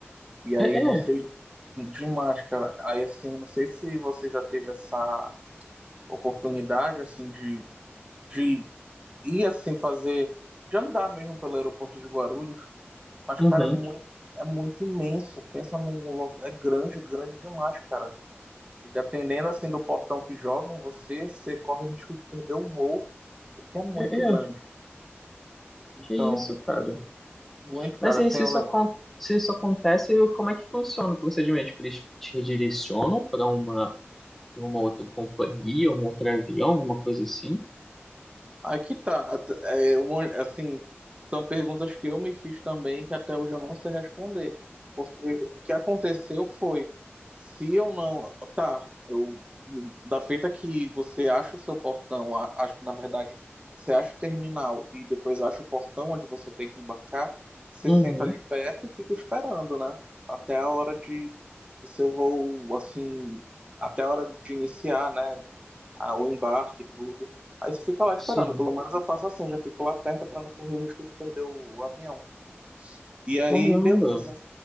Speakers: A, on the right; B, in the centre.
A: E aí,
B: É,
A: não sei,
B: é,
A: demais, cara. Aí, assim, não sei se você já teve essa oportunidade, assim, de, de ir, assim, fazer, de andar mesmo pelo aeroporto de Guarulhos, mas,
B: uhum,
A: cara, é muito, é muito imenso. Pensa num local, é grande, grande demais, cara. E dependendo, assim, do portão que jogam você, você corre o risco de perder o voo, porque é muito
B: é,
A: grande.
B: é.
A: Então,
B: Que isso, cara?
A: muito,
B: Mas
A: cara,
B: aí,
A: assim,
B: se
A: eu
B: isso,
A: le-
B: acon- se isso acontece, como é que funciona o procedimento? Tipo, eles te redirecionam para uma, pra uma outra companhia, um outro avião, alguma coisa assim?
A: aqui tá, at- é, um- assim, são perguntas que eu me fiz também que até hoje eu não sei responder, porque o que aconteceu foi, se eu não, tá, eu, da feita que você acha o seu portão, a- acho que na verdade, você acha o terminal e depois acha o portão onde você tem que embarcar, você
B: Uhum,
A: senta ali perto e fica esperando, né, até a hora de, do seu voo, assim, até a hora de iniciar, né? a- o embarque e tudo. Aí você fica lá esperando,
B: sim.
A: pelo menos eu faço assim, eu já fico lá perto para não correr o risco de perder o, o avião. E aí,
B: Caramba.
A: beleza.